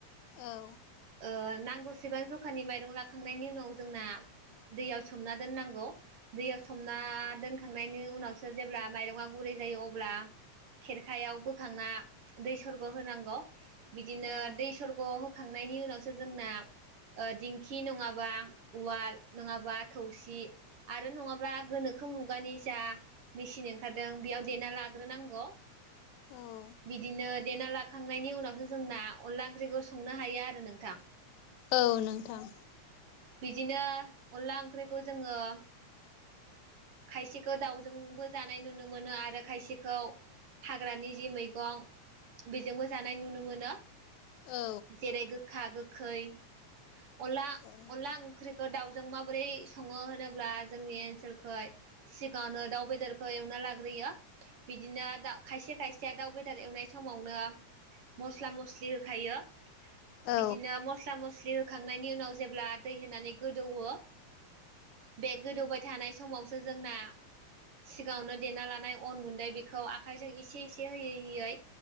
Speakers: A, on the left; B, on the right.
A: औ
B: ओ नां गौसेबां जखानि माइरं लाखांनायनि उनाव जोंना दैआव सोमना दोननांगौ दैयाव सोमना दोनखांनायनि उनावसो जेब्ला माइरङा गुरै जायो अब्ला खेरखायाव बोखांना दै सरग होनांगौ । बिदिनो
A: औ
B: दै सरग' हो खांनायनि उनावसो जोंना ओ दिंखि नङाबा उवाल नङाबा थौसि आरो नङाब्ला गोनोखो मुगानि जा मेसिन ओंखारदों बेयाव देना ला लाग्रोनांगौ
A: औ
B: बिदिनो देना लाखांनायनि उनावसो जोंना अनला ओंख्रिखौ संनो हायो आरो नोंथां ।
A: औ नोंथां
B: बिदिनो अनला ओंख्रिखौ जोङो खायसेखौ दाउजोंबो जानाय नुनो मोनो आरो खायसेखौ हाग्रानि जि मैगं बेजोंबो जानाय नुनो मोनो
A: औ
B: जेरै गोखा गो खै अनला
A: औ
B: अनला ओंख्रि खौ दाउजों माबोरै सङो होनोब्ला जोंनि ओनसोलखै सिगाङावनो दाउ बेदरखौ एवना लाग्रोयो बिदिनो खायसे खायसे दाउ बेदर एवनाय समावनो मस्ला मस्लि होखायो ।
A: औ
B: बिदिनो मस्ला म स्लि होखांनायनि उनाव जेब्ला दै होनानै गोदौवो बे गोदौबाय थानाय समावसो जोंना सिगाङावनो देना लानाय अन गुन्दै बेखौ आखायजों एसे एसे होयै होयै